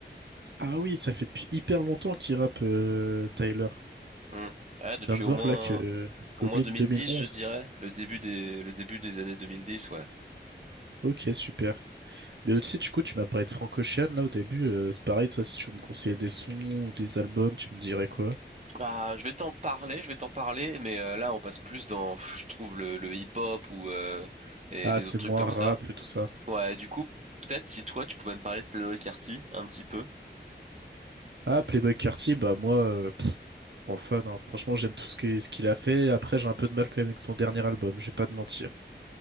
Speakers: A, on the right; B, on the right.
A: Ah oui, ça fait depuis hyper longtemps qu'il rappe, euh, Tyler.
B: Hmm. Ouais, depuis
A: Je viens de
B: au
A: voir
B: moins
A: là que euh, Goblin
B: au moins 2010,
A: 2011.
B: je dirais, le début des le début des années 2010, ouais.
A: Ok, super. Mais aussi, du coup, tu m'as parlé de Franco Ocean, là, au début. euh, c'est pareil, ça, si tu veux me conseillais des sons ou des albums, tu me dirais quoi?
B: Bah, je vais t'en parler, je vais t'en parler, mais euh, là on passe plus dans, pff, je trouve le, le hip-hop ou euh, et
A: Ah,
B: les
A: c'est
B: autres trucs
A: moins
B: comme
A: rap
B: ça.
A: et tout ça.
B: Ouais, du coup, peut-être si toi tu pouvais me parler de Playboy Carti un petit peu.
A: Ah, Playboi Carti, bah moi, euh, pff, en fan, hein. Franchement, j'aime tout ce que- ce qu'il a fait. Après, j'ai un peu de mal quand même avec son dernier album, je vais pas te mentir.